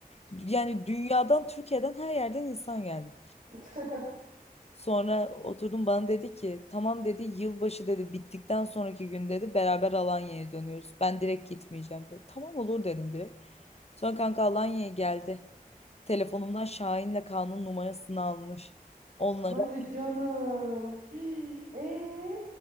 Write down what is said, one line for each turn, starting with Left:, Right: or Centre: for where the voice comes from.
Left: Yani dünyadan, Türkiye'den her yerden insan geldi.
Right: <laughs>
Left: Sonra oturdum bana dedi ki tamam dedi yılbaşı dedi bittikten sonraki gün dedi beraber Alanya'ya dönüyoruz. Ben direkt gitmeyeceğim dedi. Tamam olur dedim direkt. Sonra kanka Alanya'ya geldi. Telefonumdan Şahin'le Kaan'ın numarasını almış. Onlara
Right: Hadi canım. <gasps> Ee?